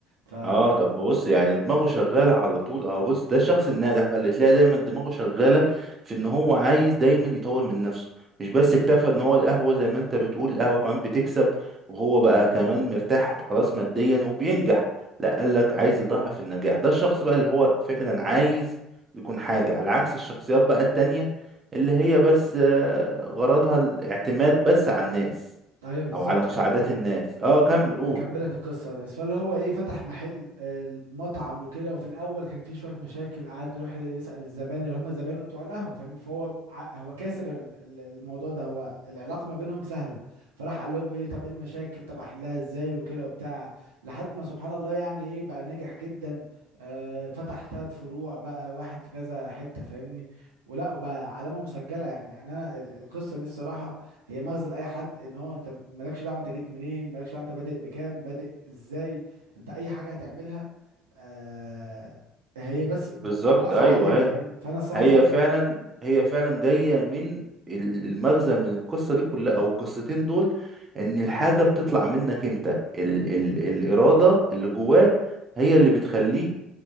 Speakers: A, on the right; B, on the right.
A: ف
B: اه طب بص يعني دماغه شغاله على طول اهو بص ده الشخص الناجح بقى اللي تلاقي دايما دماغه شغاله في ان هو عايز دايما يطور من نفسه مش بس اكتفى ان هو القهوه زي ما انت بتقول القهوه كمان بتكسب وهو بقى كمان مرتاح خلاص ماديا وبينجح لا قال لك عايز يضاعف النجاح ده الشخص بقى اللي هو فعلا عايز يكون حاجه على عكس الشخصيات بقى التانية اللي هي بس آه، غرضها الاعتماد بس على الناس
A: ايوه بالظبط
B: او على مساعدات
A: أك...
B: الناس اه كمل قول
A: اكملك القصه يا ريس فاللي هو ايه فتح محل آه، المطعم وكده وفي الاول كان فيه شويه مشاكل قعد يروح يسال الزباين اللي هم زباينه بتوع القهوه فاهم فهو ع- هو كاسر ال- ال- الموضوع ده هو العلاقه ما بينهم سهله فراح قال لهم ايه طب ايه المشاكل طب احلها ازاي وكده وبتاع لحد ما سبحان الله يعني ايه بقى ناجح جدا آه فتح ثلاث فروع بقى واحد في كذا حته فاهمني ولا وبقى علامه مسجله يعني يعني انا ال- القصه دي الصراحه هي مغزى لاي حد ان هو انت مالكش دعوه انت جيت منين مالكش دعوه انت بادئ بكام بادئ ازاي انت اي حاجه هتعملها آه هي بس ب-
B: بالظبط
A: واقفه
B: ايوه
A: عليك
B: اهي
A: فاهمني فانا الصراحه
B: هي
A: مغزى
B: فعلا هي فعلا جاية من ال- المغزى من القصة دي كلها أو القصتين دول إن الحاجة بتطلع منك أنت ال ال الإرادة اللي جواك هي اللي بتخليك